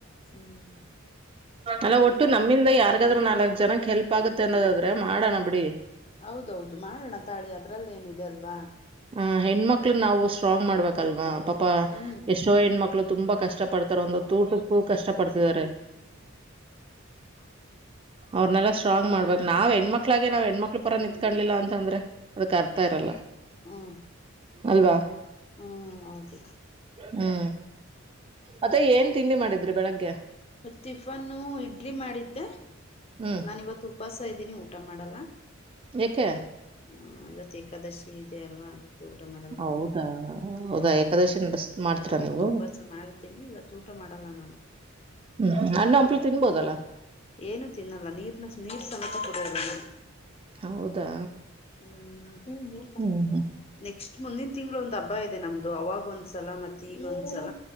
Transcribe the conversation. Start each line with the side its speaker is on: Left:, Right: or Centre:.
Left: ಹ್ಮ್
Right: ಅಲ್ಲ ಒಟ್ಟು ನಮ್ಮಿಂದ ಯಾರ್ಗಾದ್ರೂ ನಾಲ್ಕಕ್ ಜನಕ್ ಹೆಲ್ಪ್ ಆಗುತ್ತೆ ಅನ್ನೋದಾದ್ರೆ ಮಾಡೋಣ ಬಿಡಿ
Left: ಹೌದೌದು ಮಾಡೋಣ ತಾಳಿ ಅದ್ರಲ್ಲಿ ಏನಿದೆ ಅಲ್ವಾ
Right: ಹ ಹೆಣ್ಮಕ್ಳು ನಾವು ಸ್ಟ್ರಾಂಗ್ ಮಾಡ್ಬೇಕಲ್ವಾ ಪಾಪಾ
Left: ಹ್ಮ್
Right: ಎಷ್ಟೋ ಹೆಣ್ಮಕ್ಳು ತುಂಬಾ ಕಷ್ಟ ಪಡ್ತಾರ ಒಂದುತ ಊಟಕ್ಕೂ ಕಷ್ಟ ಪಡ್ತಿದಿದ್ದಾರೆ
Left: ಅದ
Right: ಅವ್ರನೆಲ್ಲ ಸ್ಟ್ರಾಂಗ್ ಮಾಡ್ಬೇಕ್ ನಾವ್ ಹೆಣ್ಮಕ್ಳಾಗಿ ನಾವ್ ಹೆಣ್ಮಕ್ಳ ಪರ ನಿಂತ್ಕಳಿಲ್ಲ ಅಂದ್ರೆ ಅದಕ್ ಅರ್ಥ ಇರಲ್ಲಾ
Left: ಹ್ಮ್
Right: ಅಲ್ವಾ
Left: ಹ್ಮ್ ಹೌದು
Right: ಹ್ಮ ಅದೇ ಏನ್ ತಿಂಡಿ ಮಾಡಿದ್ರಿ ಬೆಳಿಗ್ಗೆ
Left: ಮ ಟಿಫನ್ ಇಡ್ಲಿ ಮಾಡಿದ್ದೆ
Right: ಹ್ಮ್
Left: ನಾನ ಇವತ್ತು ಉಪವಾಸ ಇದ್ದೀನಿ ಊಟ ಮಾಡಲ್ಲ
Right: ಯಾಕೆ
Left: ಹ ಇವತ್ತು ಏಕಾದಶಿ ಇದೆ ಅಲ್ವಾ ಅದಕ್ಕೆ ಊಟ ಮಾಡಲ್ಲ
Right: ಹೌದಾ
Left: ನಾನು
Right: ಹೌದಾ
Left: ಹ್ಮ್
Right: ಏಕಾದಶಿ ನಡೆಸ್ ಮಾಡ್ತೀರಾ
Left: ಹ್ಮ್
Right: ನೀವು
Left: ಉಪವಾಸ ಮಾಡ್ತೀನಿ ಇವತ್ತು ಊಟ ಮಾಡಲ್ಲ ನಾನು
Right: ಹ್ಮ್ ಅಣ್ಣು ಹಂಪ್ಲು ತಿನ್ಬೋದಲ್ಲಾ
Left: ಏನು ತಿನ್ನಲ್ಲ ನೀರ್ ನೀರ್ ಸಮೇತ ಕೊಡಿಯಲ್ಲ ನೀನ್
Right: ಹೌದಾ
Left: ಹ್ಮ ಹ್ಮ
Right: ಹ್ಮ್ ಹ್ಮ್
Left: ನೆಕ್ಸ್ಟ್ ಮುಂದಿನ ತಿಂಗಳು ಒಂದು ಹಬ್ಬ ತುಬ ಇದೆ ನಮ್ದು ಅವಾಗ ಒಂದ್ಸಲ ಮತ್ತೆ ಈಗ ಒಂದ್ಸಲ